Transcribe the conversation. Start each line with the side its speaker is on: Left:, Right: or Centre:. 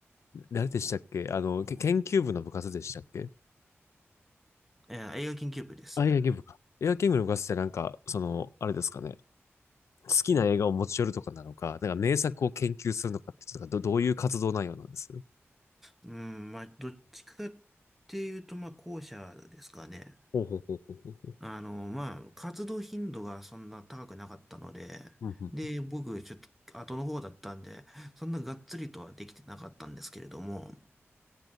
Left: 誰でしたっけあの、け研究部の部活でしたっけ
Centre: えー映画研究部です。
Left: あ、野球部か。映画研究部の部活ってなんか、その、あれですかね。好きな映画を持ち寄るとかなのか、なんか名作を研究するのかって、かど、どういう活動内容なんです
Centre: うん、まあ、どっちかっていうと、まあ、後者ですかね。
Left: ほうほうほうほうほう。
Centre: あの、まあ、活動頻度がそんな高くなかったので、
Left: うんうん
Centre: で、僕、ちょっと後の方だったんで、そんながっつりとはできてなかったんですけれども、